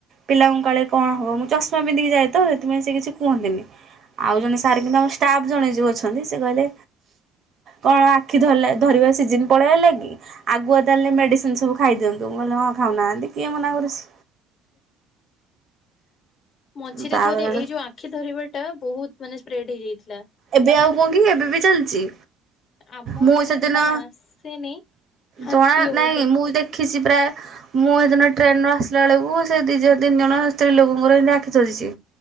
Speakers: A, on the right; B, on the left.
A: ପିଲାଙ୍କ କାଳେ କଣ ହବ ମୁଁ ଚଷମା ପିନ୍ଧିକି ଯାଏ ତ ସେଥିପାଇଁ ସେ କିଛି କୁହନ୍ତିନି ଆଉ ଜଣେ ସାର୍ କିନ୍ତୁ ଆମ ଷ୍ଟାଫ ଜଣେ ଯୋଉ ଅଛନ୍ତି ସେ କହିଲେ କଣ ଆଖି ଧରିଲା ଧରିବା ସିଜିନ ପଳେଇ ହେଲା କି? ଆଗୁଆ ତାହେଲେ ମେଡିସିନ ସବୁ ଖାଇ ଦିଅନ୍ତୁ ମୁଁ କହିଲେ ହଁ ଖାଉନାହାନ୍ତି କିଏ ମନା କରୁଚି।
B: ମଝିରେ
A: ତାପରଠୁ
B: ଥରେ ଏଇ ଯୋଉ ଆଖି ଧରିବା ଟା ବହୁତ ମାନେ ସ୍ପ୍ରେଡ ହେଇଯାଇଥିଲା।
A: ଏବେ ଆଉ କୁହ କି ଏବେ ବି ଚାଲିଚି।
B: ଆମ
A: ମୁଁ
B: ଆଡକୁ
A: ସେଦିନ
B: ତ କାଇଁ ଆସିନି ଆସିବ
A: ଜଣା
B: ବୋଧେ
A: ନାଇଁ ମୁଁ ଦେଖିଛି। ପ୍ରାୟ ମୁଁ ଏଦିନ ଟ୍ରେନ ରୁ ଆସିଲା ବେଳକୁ ସେ ଦି ଜଣ ତିନି ଜଣ ସ୍ତ୍ରୀ ଲୋକଙ୍କର ଆଖି ଧରିଛି।